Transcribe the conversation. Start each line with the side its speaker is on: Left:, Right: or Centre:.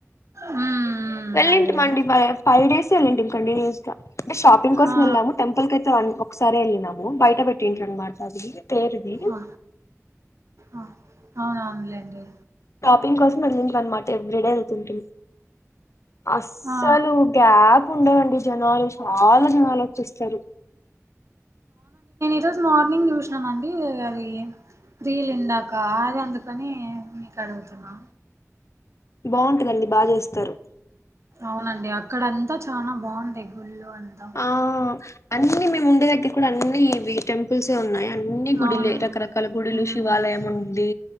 Right: హ్మ్ హ్మ్.
Left: వెళ్ళింటి
Right: అదే
Left: మండి ఫైవ్ డేస్ వెళ్ళింటిమి కంటిన్యూస్గా అంటే షాపింగ్ కోసం
Right: ఆ
Left: వెళ్ళాము టెంపుల్ కైయితే ఒకసారే వెళ్ళినాము బయట పెట్టిట్ని అన్నమాట అది పేరువి
Right: ఆ! ఆ! అవునవునులేండి
Left: షాపింగ్ కోసం వెళ్ళిందన్మాట ఎవ్రీడే ఎళ్తుంటిమి అస్సలు
Right: ఆ
Left: గ్యాప్ ఉండదండి జనాలు చాలా జనాలు వచ్చేస్తరు
Right: ఈ రోజు మార్నింగ్ చూసినానండి అది రీల్ ఇందక అది అ అందుకని మీకు అడుగుతున్నా
Left: బావుంటదండి బా చేస్తారు
Right: అవునండి అక్కడంతా చానా బావుంటాయి గుళ్ళు అంతా
Left: ఆ అన్ని మేము ఉండే దగ్గర కూడా అన్ని ఇవి టెం ల్సే ఉన్నాయి అన్ని గుడిలే
Right: అవును
Left: రకరకాల గుడులు
Right: హ్మ్
Left: శివాలయం ఉంది